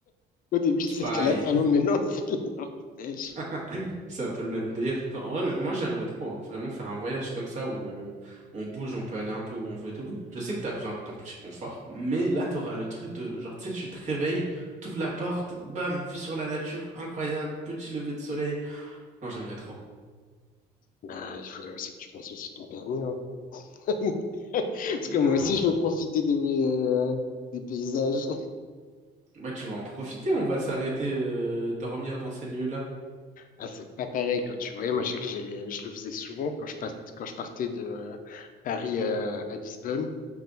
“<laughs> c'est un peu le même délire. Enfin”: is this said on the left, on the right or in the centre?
Right